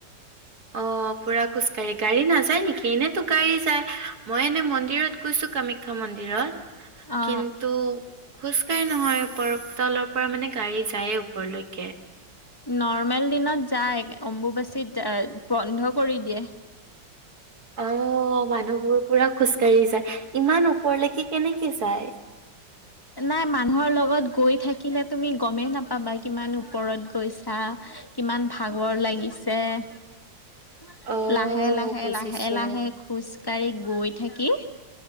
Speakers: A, on the right; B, on the left.
A: অ অ অ পুৰা খোজকাঢ়ি গাড়ী নাযায়। নাযায় নেকি এনেতো গাড়ী যায় আ আহ্ মই এনে মন্দিৰত গৈছো কামাখ্যা মন্দিৰত। আহ আহ
B: অ
A: কিন্তু খোজকাঢ়ি নহয় ওপৰ তলৰ পৰা মানে গাড়ী যায়ে ওপৰলৈকে।
B: নৰ্মেল দিনত যায় অম্বুবাচিত যা ই ই বন্ধ কৰি দিয়ে।
A: অ অ অ অ অ মানুহবোৰ পুৰা খোজকাঢ়ি যায় ইমান ওপৰলৈকে কেনেকে যায়। <inaudible>
B: নাই মানুহৰ লগত গৈ থাকিলে তুমি গমেই নাপাবা কিমান ওপৰত গৈছা আহ্। ঠু কিমান ভাগৰ লাগিছে তোমাক হেৰিয়ে
A: অ',
B: লাহে লাহে
A: বুজিছো।
B: লাহে লাহে খোজকাঢ়ি গৈ থাকিম